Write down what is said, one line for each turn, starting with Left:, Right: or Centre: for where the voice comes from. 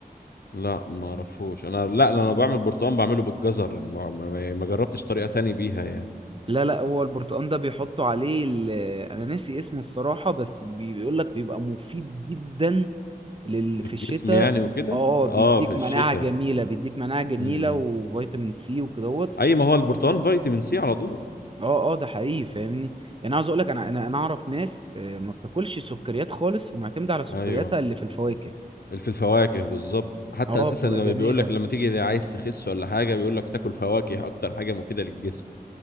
Left: لا ما اعرفوش انا لا انا بعمل برتقال بعمله بالجزر ما, ما ما جربتش طريقة تاني بيها يعني
Right: لا لا هو البرتقال ده بيحطوا عليه ال... انا ناسي اسمه الصراحة بس بيقول لك بيبقى مفيد جدا لل...
Left: للجسم
Right: في الشتاء
Left: يعني وكده
Right: اه
Left: في-
Right: بيديك
Left: اه في الشتاء
Right: مناعة جميلة بيديك مناعة جميلة
Left: امم
Right: وفيتامين سي وكدهوت
Left: اي ما هو البرتقال فيتامين سي على طول
Right: اه اه ده حقيقي فاهمني يعني عاوز اقول لك انا انا انا اعرف ناس آه، ما بتاكلش سكريات خالص ومعتمدة على سكرياتها
Left: ايوه
Right: اللي في الفواكه
Left: في الفواكه بالظبط حتى
Right: اه
Left: اساسا
Right: بتبقى
Left: لما
Right: جميلة
Left: بيقول لك لما تيجي عايز تخس ولا حاجه بيقول لك تاكل فواكه اكتر حاجه مفيده للجسم